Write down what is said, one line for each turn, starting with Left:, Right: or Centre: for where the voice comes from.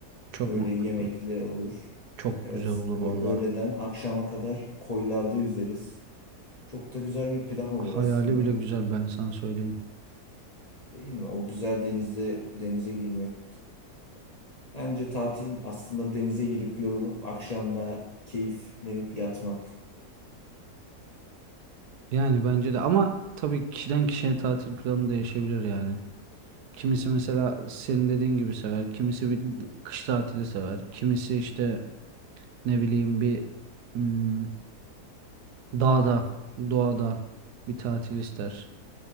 Right: Çok
Left: Böyle
Right: mantıklı.
Left: yemekli olur.
Right: Çok
Left: Evet,
Right: güzel olur
Left: böyle
Right: valla.
Left: öğleden akşama kadar koylarda yüzeriz. Çok da güzel bir plan olur
Right: Hayali
Left: aslında.
Right: bile güzel ben sana söyleyeyim.
Left: Değil mi? O güzel denizde denize girmek. Bence tatil aslında denize girip yorulup akşamda keyiflenip yatmak.
Right: Yani bence de ama tabii kişiden kişiye tatil planı değişebilir yani. Kimisi mesela senin dediğin gibi sever. Kimisi bir kış tatili sever. Kimisi işte ne bileyim bir hmm, dağda, doğada bir tatil ister.